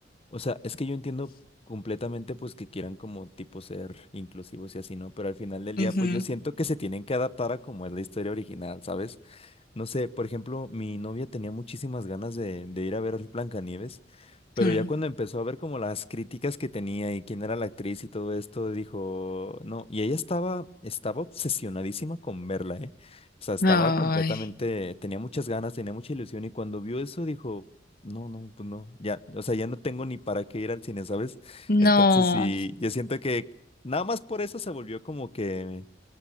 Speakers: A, on the left (about 30°); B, on the left (about 55°).
A: O sea, es que yo entiendo completamente pues que quieran como tipo ser inclusivos y así, ¿no? Pero al final del día
B: Ujú.
A: pues yo siento que se tienen que adaptar a como es la historia original, ¿sabes? No sé, por ejemplo, mi novia tenía muchísimas ganas de, de ir a ver Blancanieves, pero
B: Mm.
A: ya cuando empezó a ver como las críticas que tenía y quién era la actriz y todo esto, dijo, no, y ella estaba, estaba obsesionadísima con verla, ¿eh? O sea, estaba
B: Ay,
A: completamente, tenía muchas ganas, tenía mucha ilusión y cuando vio eso dijo, no, no, pues no, ya, o sea, ya no tengo ni para qué ir al cine, ¿sabes?
B: no.
A: Entonces, sí, yo siento que nada más por eso se volvió como que